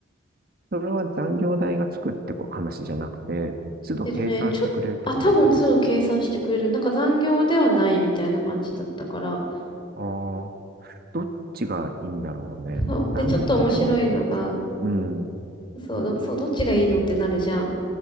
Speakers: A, on the right; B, on the left.
A: それは残業代がつくってこ話じゃなくて、都度計算してくれるってことなのかな。
B: えっとね、ちょっ、あ、多分通路計算してくれる。なんか残業ではないみたいな感じだったから。
A: ああ。どっちがいいんだろうね。
B: そう。
A: 残業、
B: で、ちょっと面白いのが、
A: うん、
B: そう、ど、そう、どっちがいいのってなるじゃん。